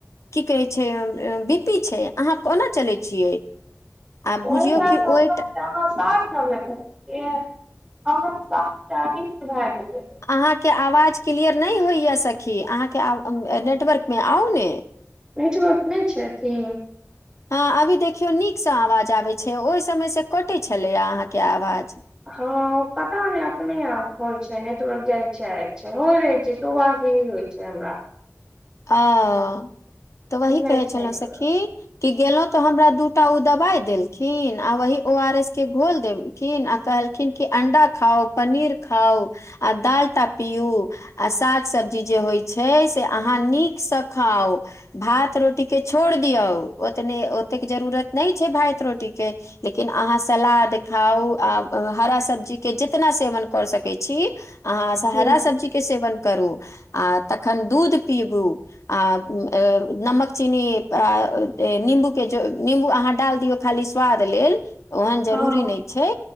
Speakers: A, on the left; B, on the right.
A: की कहै छै बी पी छै अहाँ कोना चलै छियै आ
B: ओहि
A: बुझियौ
B: लेल
A: कि
B: तऽ हमरा
A: ओहि
B: तऽ ह साठ नबे छियै हमरा साठ चालीस भए गेलै
A: अहाँके आवाज क्लियर नहि होइए सखी अहाँके नेटवर्कमे आउ ने
B: नेटवर्क नहि छथि
A: हँ अभी देखियौ नीकसँ आवाज आबैत छै ओहि समय से कटैत छलैए अहाँके आवाज
B: हँ पता नैय अपने आप होइ छै नेटवर्क जाय छै आ छै हो रहै जे दू बर से ईहे होइ छै हमरा
A: ओ तऽ वही
B: नहि
A: कहै
B: छै
A: छलहु
B: नेटवर्क
A: सखी की गेलौ त हमरा त दूटा ओ दवाई देलखिन आ वही ओ आर एस के घोल देेल खिन आ कहलखिन कि अण्डा खाउ पनीर खाउ आ दालटा पियू आ साग सब्जी जे होइ छै से अहाँ अहाँ नीकसँ खाउ भात रोटीकेँ छोड़ि दियौ ओतने ओतेक जरूरत नहि छै भात रोटीके लेकिन अहाँ सलाद खाउ आ हरा सब्जीके जितना सेवन करऽ सकै छी अहाँसँ
B: हूँ
A: हरा सब्जीके सेवन करू आ तखन दूध पीबू आ ऊ अ नमक चीनी आ ऊ निम्बूके निम्बू अहाँ डाल दियौ खाली स्वाद लेल ओहेन जरूरी
B: हँ
A: नय छै